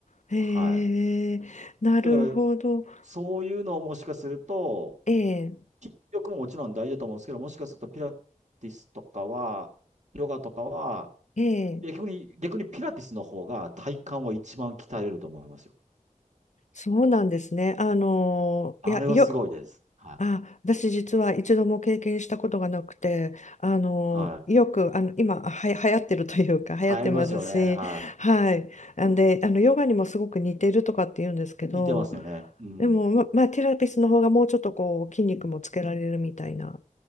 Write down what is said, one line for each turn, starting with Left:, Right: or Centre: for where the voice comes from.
Left: へえ、
Right: はい。
Left: なるほど。
Right: だから、そういうのをもしかすると、
Left: ええ、
Right: 筋力ももちろん大事だと思うんですけど、もしかするとピラティスとかは、ヨガとかは、
Left: ええ、
Right: 逆に、逆にピラティスの方が体幹は一番鍛えれると思いますよ。
Left: そうなんですね。あの、
Right: あれはすごいです。
Left: いや、よ、
Right: はい。
Left: あ、私実は一度も経験したことがなくて、あの、
Right: はい。
Left: よく、あの、今、は、流行ってるというか、流行ってますし、
Right: 流行りますよね。は
Left: はい。んで、あの、ヨガにもすごく似てるとかって言うんですけど、
Right: い。似てますよね。うん。
Left: でも、ま、まあ、ティラピスの方がもうちょっとこう、筋肉もつけられるみたいな、